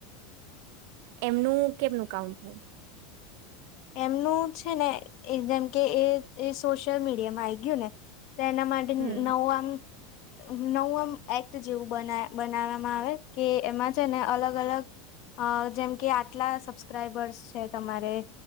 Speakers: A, on the right; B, on the left.
A: એમનું કેમનું કાઉન્ટ થાય?
B: એમનું છે ને એ જેમ કે એ એ સોશિયલ મીડિયામાં આવી ગયું ને. તો એના માટે નવું
A: હમ
B: આમ નવ આમ એક્ટ જેવું બ બનાવવામાં આવે, કે એમાં છે ને અલગ અલગ અ જેમ કે આટલા સબસ્ક્રાઈબર્સ છે તમારે